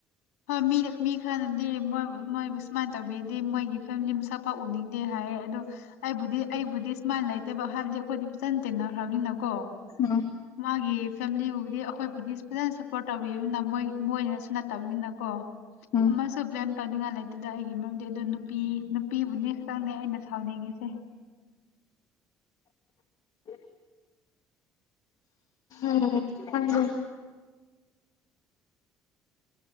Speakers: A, on the left; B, on the left.
A: ꯍꯣꯏ ꯃꯤꯔ ꯃꯤ ꯈꯔꯅꯤꯡꯗꯦ ꯃꯣꯏ ꯃꯣꯏꯕꯨ ꯁꯨꯃꯥꯏꯅ ꯇꯧꯕꯤꯗꯤ ꯃꯣꯏꯒꯤ ꯐꯦꯃꯤꯂꯤ ꯃꯁꯛꯄꯥꯎꯎꯅꯤꯡꯗꯦ ꯍꯥꯏꯌꯦ ꯑꯗꯣ ꯑꯩꯥꯏꯕꯨꯙ ꯑꯩꯕꯨꯙ ꯃꯥꯥꯏ ꯂꯩꯇꯦꯕ ꯍꯥꯏꯕꯗꯤ ꯑꯩꯈꯣꯏꯗꯤ ꯐꯖꯅ ꯇꯦꯟꯅꯈ꯭ꯔꯕꯅꯤꯅ ꯀꯣ
B: ꯎꯝ
A: ꯃꯥꯒꯤ ꯐꯦꯃꯤꯂꯤꯕꯨꯗꯤ ꯑꯩꯈꯣꯏꯕꯨꯗꯤ ꯐꯅ ꯁꯄꯣꯔꯠ ꯑ ꯃꯣꯏ ꯃꯣꯏꯅꯁꯨ ꯅꯠꯇꯕꯅꯤꯅ
B: ꯎꯝ
A: ꯑꯃꯁꯨ ꯕ꯭ꯂꯦꯝ ꯇꯧꯅꯤꯡꯉꯥꯏ ꯂꯩꯇꯦꯗ ꯑꯩꯒꯤ ꯃꯔꯝꯗꯤ ꯑꯗꯨ ꯅꯨꯄꯤ ꯅꯨꯄꯤꯕꯨꯅꯦ ꯈꯛꯇꯪꯅꯦ ꯑꯩꯅ ꯁꯥꯎꯅꯤꯡꯉꯤꯁꯦ
B: <inaudible> ꯎꯝ ꯊꯪ